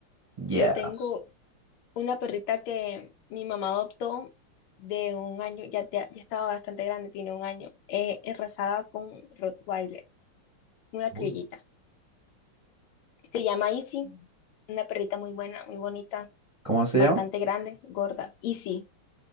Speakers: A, on the right (about 40°); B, on the left (about 85°).
A: Yes.
B: Yo tengo una perrita que mi mamá adoptó de un año, ya, ya, ya estaba bastante grande, tiene un año, eh, enrasada con Rottweiler, una criollita.
A: Uy.
B: Se llama Izzy, una perrita muy buena, muy bonita,
A: ¿Cómo se
B: bastante
A: llama?
B: grande, gorda. Izzy.